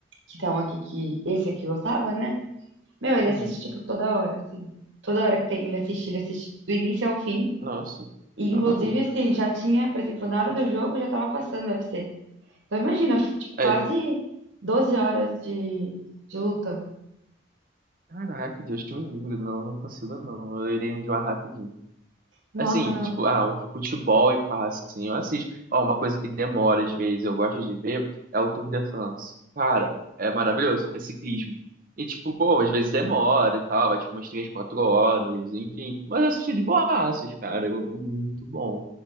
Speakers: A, on the right; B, on the right.
A: que estavam aqui, que esse aqui gostava, né? Meu, ele
B: Uhum.
A: assiste, tipo, toda hora, assim. Toda hora que tem, ele assiste, ele assiste do início ao fim.
B: Nossa,
A: E, inclusive,
B: tá maluco.
A: assim, já tinha, por exemplo, na hora do jogo já tava passando o U F C Então imagina, foi, tipo, quase
B: É.
A: 12 horas de, de luta.
B: Caraca, Deus me livre. Não, não consigo, não. Eu irei me enjoar rapidinho.
A: Nossa,
B: Assim,
A: não.
B: tipo, ah, um futebol e pá assim, eu assisto. Ó, uma coisa que demora às vezes, eu gosto de ver, é o Tour de France. Cara, é maravilhoso, é ciclismo. E, tipo, pô, às vezes demora e tal, vai, tipo, umas três, quatro horas, enfim. Mas eu assisti de boas, cara, eu, é muito bom.